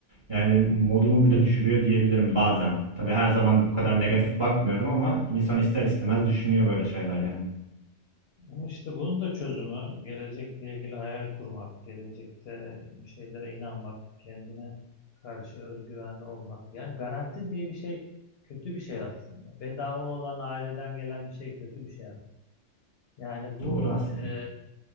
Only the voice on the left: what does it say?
Ama işte bunun da çözümü gelecekle ilgili hayal kurmak, gelecekte bir şeylere inanmak, kendine karşı özgüvenli olmak. Yani garanti diye bir şey kötü bir şey aslında. Bedava olan aileden gelen bir şey kötü bir şey aslında. Yani bu
e,